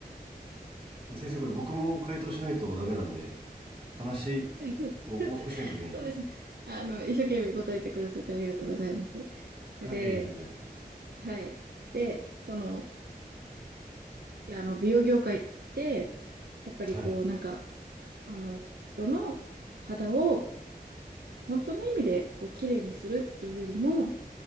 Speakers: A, on the right; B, on the right.
A: 先生、これ僕も回答しないとダメなんで、話、
B: <laughs>
A: こう、往復しないといけないんで。
B: そうですね。あの、一生懸命答えてくださってありがとうございます。で、
A: はい、ええ、全然。
B: はい。で、その、いや、あの、美容業界って、やっぱりこう、
A: はい、
B: なんか、あの、人の肌を本当の意味で、こう、綺麗にするっていうよりも、